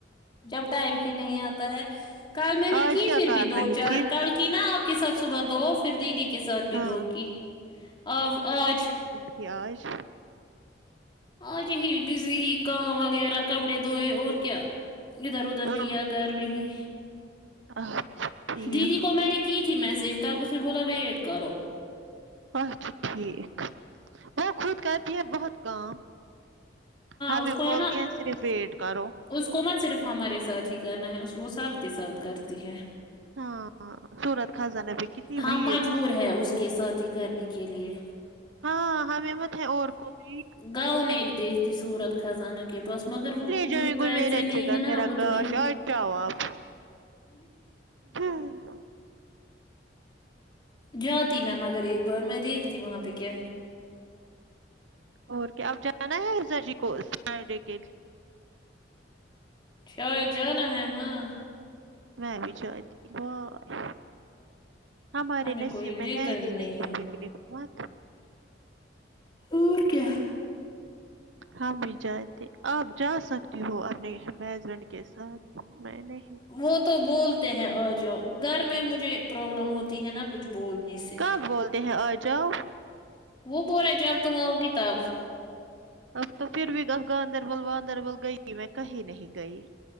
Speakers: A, on the left; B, on the right.
A: جب ٹائم ہی نہیں آتا ہے کل میں نے
B: آج
A: کی
B: کیا
A: پھر
B: کر
A: بھی دو
B: رہی
A: چار
B: تھی
A: کال کی نا آپ کے ساتھ صبح دو پھر دیدی کے ساتھ بھی
B: ہاں
A: دو کی آ آج
B: پیاز
A: اج ہی بزی ہی کام وغیرہ کپڑے دھوئے اور کیا ادھر ادھر
B: آہ،
A: کیا گھر میں ہی
B: اچھا ٹھیک
A: دیدی کو میں نے کی تھی میسج تب اس نے بولا ویٹ کرو
B: اچھا ٹھیک وہ خود کرتی ہے بہت کام ہاں
A: اس
B: میں
A: کو ہے
B: بولتی
A: نا
B: ہوں اسی لیے ویٹ کرو
A: اس کو مت صرف ہمارے ساتھ ہی کرنا ہے اس وہ سب کے ساتھ کرتی ہے
B: ہاں سورت خزانہ پہ کتنی
A: ہماں
B: بھیڑ
A: مجبور ہے اس کے سات ہی کرنے کے لیے
B: ہاں ہم مت ہے اور کوئی
A: گاؤں نے ایک دیکھتی سورت خزانہ کے پاس مگر وہ م،
B: جی
A: پیسے
B: کوئی میرے اچھا
A: نہیں ہے
B: گھر
A: نا
B: میں
A: اب
B: راکھ
A: اتنے
B: <unintelligible>
A: جاتی می مگر ایک بار میں دیکھتی وہاں پہ کیا ہے
B: اور کیا اب جانا ہےزا جی کو سرڈے کے دی
A: شاید جانا ہے ہاں
B: میں بھی جااتی بائے ہمارے
A: ہمیں
B: نصب
A: کوئی لیتا
B: میں ہے ہی نہیں
A: ہے
B: پگنک وات
A: اور کیا
B: ہم بھی جائے تھے آپ جا سکتی ہو اپنے ہزبینڈ کے ساتھ میں نے
A: وہ تو بولتے ہیں آ جاؤ گھر میں مجھے پرابلم ہوتی ہے نا کچھ بولنے سے
B: کب
A: <inaudible>
B: بولتے ہیں آ جاؤ
A: وہ بول رہا ہے جب تم آؤگی تب
B: اب تو پھر بھی اب گاندربل واندربل گئی میں کہیں نہیں گئی